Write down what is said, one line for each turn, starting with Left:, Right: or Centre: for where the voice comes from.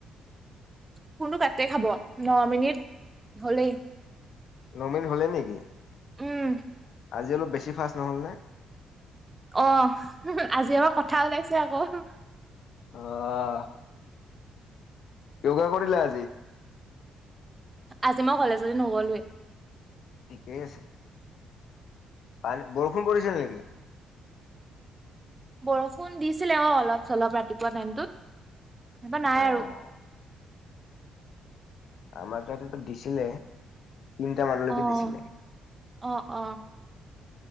Right: ফোনটো কাটে খাব ন মিনিট হলেই <inaudible>
Left: নৰ্মেল হ'লে নেকি?
Right: উম
Left: আজি অলপ বেছি ফাষ্ট নহ'লনে?
Right: অ', আজি আমাৰ কথা ওলাইছে আকৌ। <inaudible>
Left: অহ। য়োগা কৰিলা আজি?
Right: আজি মই কলেজলৈ নগ'লোৱে।
Left: ঠিকেই আছে। আনি বৰষুণ পৰিছিল নেকি?
Right: বৰষুণ দিছিলে অ', অলপ-চলপ ৰাতিপুৱা টাইমটোত। এবা নাই
Left: অ',
Right: আৰু
Left: আমাৰ তাত এটা দিছিলে। তিনিটা মানলৈকে
Right: অ',
Left: দিছিলে।
Right: অ', অ',